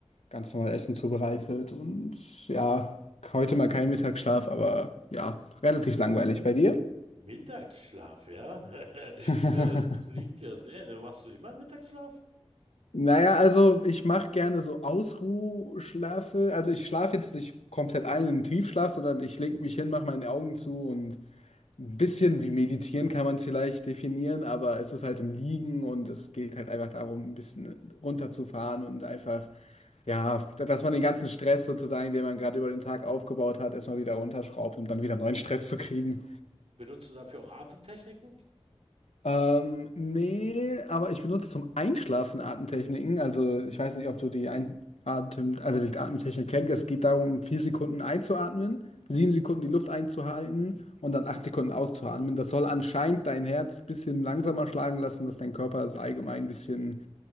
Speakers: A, on the left (about 85°); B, on the right (about 70°).
A: ganz normal Essen zubereitet und ja, heute mal keinen Mittagsschlaf, aber ja, relativ langweilig. Bei dir?
B: Mittagsschlaf, ja? <laughs>
A: <laughs>
B: Es klingt ja sehr. ne? Machst du immer einen Mittagsschlaf?
A: Naja, also ich mache gerne so Ausruhschlafe. Also ich schlafe jetzt nicht komplett ein in den Tiefschlaf, sondern ich lege mich hin, mache meine Augen zu und Ein bisschen wie meditieren kann man es vielleicht definieren, aber es ist halt im Liegen und es geht halt einfach darum, ein bisschen runterzufahren und einfach, ja, dass man den ganzen Stress sozusagen, den man gerade über den Tag aufgebaut hat, erstmal wieder runterschraubt, um dann wieder neuen Stress zu kriegen.
B: Benutzt du dafür auch Atemtechniken?
A: Ähm, nee, aber ich benutze zum Einschlafen Atemtechniken. Also ich weiß nicht, ob du die Einatem, also die Atemtechnik kennst. Es geht darum, vier Sekunden einzuatmen, sieben Sekunden die Luft einzuhalten und dann acht Sekunden auszuatmen. Das soll anscheinend dein Herz ein bisschen langsamer schlagen lassen, dass dein Körper es allgemein ein bisschen